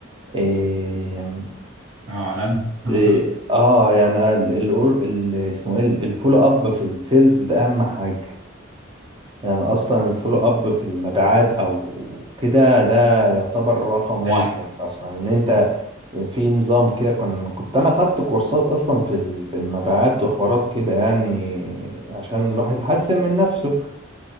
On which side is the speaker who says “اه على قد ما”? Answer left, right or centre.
Right